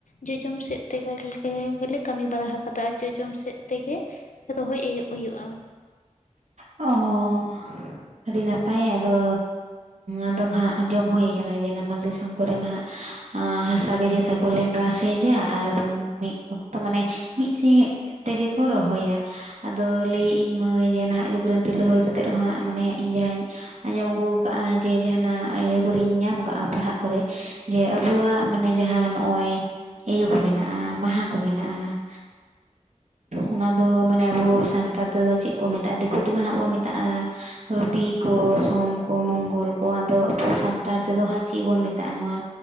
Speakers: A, on the left (about 85°); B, on the right (about 70°).
A: ᱡᱚᱡᱚᱢ ᱥᱮᱫ ᱛᱮᱜᱮ <inaudible> ᱜᱮᱞᱮ ᱠᱟᱹᱢᱤ ᱵᱟᱲᱟ ᱟᱠᱟᱫᱟ ᱟᱨ ᱡᱚᱡᱚᱢ ᱥᱮᱫ ᱛᱮᱜᱮ ᱨᱚᱦᱚᱭ ᱮᱦᱚᱵ ᱦᱩᱭᱩᱜᱼᱟ᱾
B: ᱚ ᱦᱚ ᱦᱚ ᱦᱚ, ᱟᱰᱤ ᱱᱟᱯᱟᱭ ᱟᱫᱚ ᱟᱫᱚᱢ ᱦᱟᱸᱜ ᱟᱸᱡᱚᱢ ᱦᱩᱭ ᱠᱟᱱᱟ ᱡᱮ ᱱᱟᱢᱟᱞ ᱫᱤᱥᱚᱢ ᱠᱚᱨᱮ ᱢᱟᱦᱟᱸᱜ, ᱟᱸ ᱦᱟᱥᱟ ᱜᱟᱡᱮ ᱛᱟ ᱠᱚ ᱞᱮᱸᱜᱟ ᱥᱮᱡᱟ, ᱟᱨ ᱢᱤᱫ ᱚᱠᱛᱚ ᱢᱟᱱᱮ ᱢᱤᱫ ᱥᱮᱜ ᱛᱮᱜᱮ ᱠᱚ ᱨᱚᱦᱚᱭᱟ ᱞ, ᱟᱫᱚ ᱞᱟᱹᱭᱮᱜ ᱤᱧ ᱢᱟᱹᱭ ᱡᱮ ᱱᱟᱦᱟᱜ ᱡᱩᱜᱽ ᱨᱮᱱ ᱛᱤᱨᱞᱟᱹ ᱦᱳᱭ ᱠᱟᱛᱮᱫ ᱨᱮᱦᱚᱸᱢᱟᱱᱮ ᱤᱧ ᱡᱟᱦᱟᱸᱧ ᱟᱸᱡᱚᱢ ᱟᱹᱜᱩ ᱠᱟᱜᱼᱟ ᱡᱮ ᱡᱟᱦᱟᱸᱱᱟᱜ ᱤᱭᱟᱹ ᱠᱚᱨᱮᱧ ᱧᱟᱢ ᱠᱟᱜᱼᱟ ᱯᱟᱲᱦᱟᱜ ᱠᱚᱨᱮ, ᱡᱮ ᱟᱵᱚᱣᱟᱜ ᱢᱟᱱᱮ ᱡᱟᱦᱟᱸ ᱱᱚᱜ-ᱚᱭ ᱤᱭᱟᱹ ᱠᱚ ᱢᱮᱱᱟᱜᱼᱟ, ᱢᱟᱦᱟ ᱠᱚ ᱢᱮᱱᱟᱜᱼᱟ᱾ ᱚᱱᱟ ᱫᱚ ᱢᱟᱱᱮ ᱟᱵᱚ ᱥᱟᱱᱛᱟᱲ ᱛᱮᱫᱚ ᱪᱮᱫ ᱠᱚ ᱢᱮᱛᱟᱜᱼᱟ, ᱫᱤᱠᱩ ᱛᱮᱢᱟ ᱦᱟᱸᱜ ᱵᱚᱱ ᱢᱮᱛᱟᱜᱼᱟ ᱨᱚᱵᱤ ᱠᱚ, ᱥᱚᱢ ᱠᱚ, ᱢᱚᱝᱜᱚᱞ ᱠᱚ ᱟᱫᱚ ᱟᱵᱚ ᱥᱟᱱᱛᱟᱲ ᱛᱮᱫᱚ ᱦᱟᱸᱜ ᱪᱮᱫ ᱵᱚᱱ ᱢᱮᱛᱟᱜᱼᱟ ᱱᱚᱣᱟ